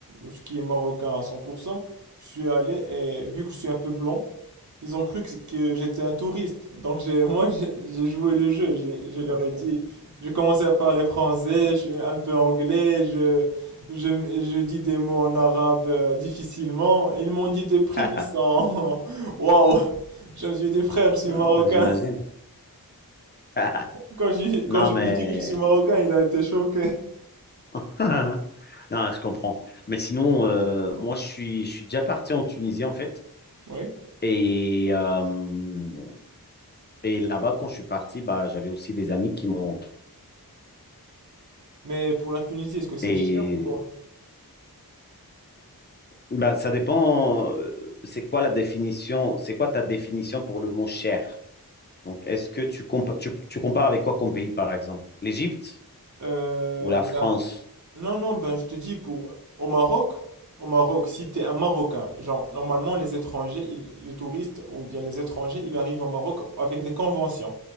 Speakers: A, on the right; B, on the left.
A: ce qui est marocain à 100%, je suis allé et vu que je suis un peu blanc, ils ont cru que, que j'étais un touriste. Donc, j'ai, <laughs> moi, j'ai j'ai joué le jeu. j'ai je leur ai dit, je commençais à parler français, je suis un peu anglais, je, je, je dis des mots en arabe euh, difficilement. Et ils m'ont dit des prix
B: <laughs>
A: qui sont, <laughs> waouh! Je me suis dit, frère, je suis
B: Ouais,
A: marocain.
B: ouais, j'imagine. <laughs>
A: Quand je,
B: Non,
A: quand je
B: mais
A: lui ai dit que je suis marocain, il a été choqué.
B: <laughs> Non, je comprends. Mais sinon, euh, moi, je suis, je suis déjà parti en Tunisie, en fait.
A: Oui.
B: Et, euh, et là-bas, quand je suis parti, bah, j'avais aussi des amis qui m'ont...
A: Mais pour la Tunisie, est-ce que c'est
B: Et
A: cher ou pas?
B: bah, ça dépend, euh, c'est quoi la définition, c'est quoi ta définition pour le mot cher? Donc, est-ce que tu, compa- tu, tu compares avec quoi comme pays, par exemple? L'Égypte
A: Euh,
B: ou la
A: ben,
B: France?
A: non, non, ben, je te dis, pour, au Maroc, au Maroc, si t'es un Marocain, genre, normalement, les étrangers, ils- les touristes ou bien les étrangers, ils arrivent au Maroc avec des conventions,